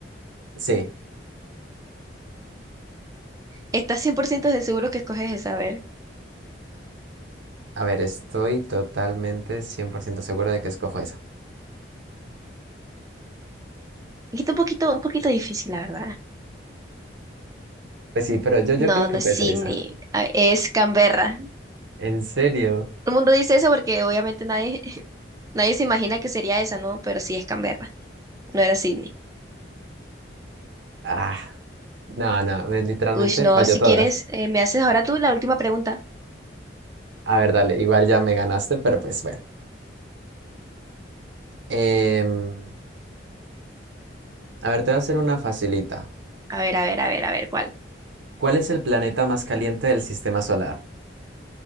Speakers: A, on the right (about 75°); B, on the right (about 20°).
A: Sí,
B: Estás 100% de seguro que escoges esa, a ver.
A: a ver, estoy totalmente 100% seguro de que escojo esa.
B: Está un poquito, un poquito difícil, la verdad.
A: Pues sí, pero yo, yo
B: No,
A: creo que
B: no es
A: puede
B: Sydney,
A: ser esa.
B: ah, es Canberra.
A: ¿En serio?
B: Todo el mundo dice eso porque obviamente nadie, <laughs> nadie se imagina que sería esa, ¿no? Pero sí es Canberra, no era Sydney.
A: Ah, no, no, me- literalmente
B: Uy, no,
A: falló
B: si
A: todas.
B: quieres, eh, me haces ahora tú la última pregunta.
A: A ver, dale, igual ya me ganaste, pero pues bueno. Em, a ver, te voy a hacer una facilita.
B: A ver, a ver, a ver, a ver, ¿cuál?
A: ¿Cuál es el planeta más caliente del sistema solar?